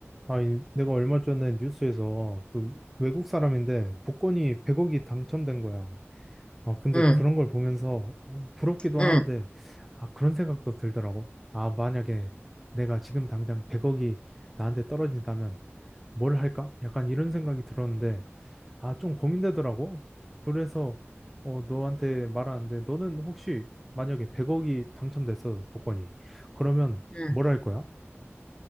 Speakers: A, in the centre; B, on the left (about 25°).
A: 아, 이- 내가 얼마 전에 뉴스에서 그 외국 사람인데 복권이 100억이 당첨된 거야. 아, 근데
B: 응,
A: 그런 걸 보면서 어, 부럽기도
B: 응,
A: 하는데, 아, 그런 생각도 들더라고. 아, 만약에 내가 지금 당장 100억이 나한테 떨어진다면 뭘 할까? 약간 이런 생각이 들었는데, 아, 좀 고민되더라고. 그래서 어, 너한테 말하는데, 너는 혹시 만약에 100억이 당첨됐어, 복권이. 그러면
B: 응.
A: 뭘 할 거야?